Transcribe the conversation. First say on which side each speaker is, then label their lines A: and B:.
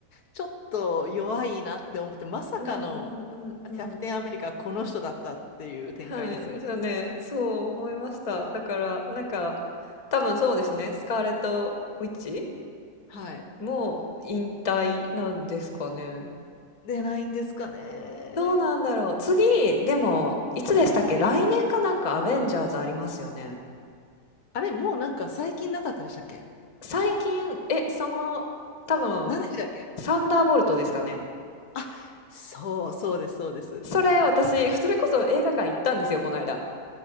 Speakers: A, on the left (about 65°); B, on the left (about 25°).
A: ちょっと弱いなって思って、まさかの
B: うんうんうんうん。
A: キャプテンアメリカ、この人だったっていう展開ですよね。
B: はい、そうね、そう思いました。だから、なんか、多分そうですね、スカーレット・ウィッチ
A: はい。
B: もう引退なんですかね。
A: で、ないんですかね。
B: どうなんだろう。次、でも、いつでしたっけ来年かなんかアベンジャーズありますよね。
A: はい。あれ、もうなんか最近なかったでしたっけ
B: 最近、え、その、多分、
A: 何でしたっけ
B: サンダーボルトですかね。
A: あ、そう、そうです、そうです。
B: それ、私、それこそ映画館行ったんですよ、この間。